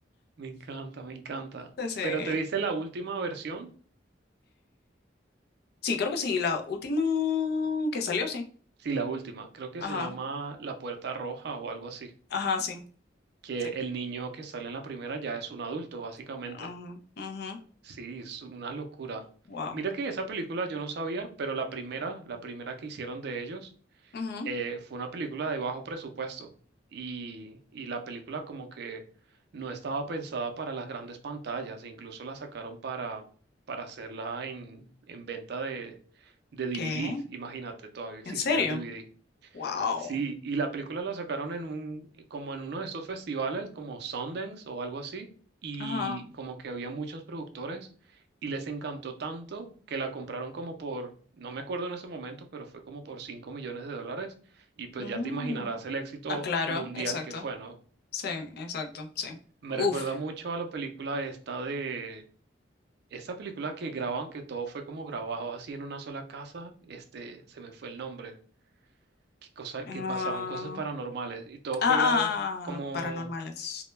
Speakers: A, on the right; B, on the left.
A: me encanta, me encanta.
B: Ese-
A: ¿Pero te viste la última versión?
B: Sí, creo que sí. La última que salió, sí.
A: Sí, la última. Creo que
B: Ajá.
A: se llama La Puerta Roja o algo así.
B: Ajá, sí.
A: Que
B: Sí.
A: el niño que sale en la primera ya es un adulto, básicamente.
B: Ajá. ujú,
A: Sí, es una locura.
B: Wow.
A: Mira que esa película yo no sabía, pero la primera, la primera que hicieron de ellos,
B: ujú.
A: eh, fue una película de bajo presupuesto. Y, y la película como que no estaba pensada para las grandes pantallas, e incluso la sacaron para, para hacerla en, en venta de, de DVDs.
B: ¿Qué?
A: Imagínate, todavía existía
B: ¿En serio?
A: el DVD.
B: Wow.
A: Sí, y la película la sacaron en un, eh, como en uno de estos festivales, como Sundance o algo así, y
B: Ajá.
A: como que había muchos productores y les encantó tanto que la compraron como por, no me acuerdo en ese momento, pero fue como por 5 millones de dólares y pues
B: Mm.
A: ya te imaginarás el éxito
B: Ah, claro.
A: mundial
B: Exacto.
A: que fue, ¿no?
B: Sí, exacto. Sí.
A: Me
B: Uf.
A: recuerda mucho a la película esta de, esta película que graban, que todo fue como grabado así en una sola casa, este, se me fue el nombre. que, cosa,
B: Ah,
A: que pasaban cosas paranormales y todo
B: ah,
A: fue grabado
B: ah,
A: como...
B: ah, paranormales.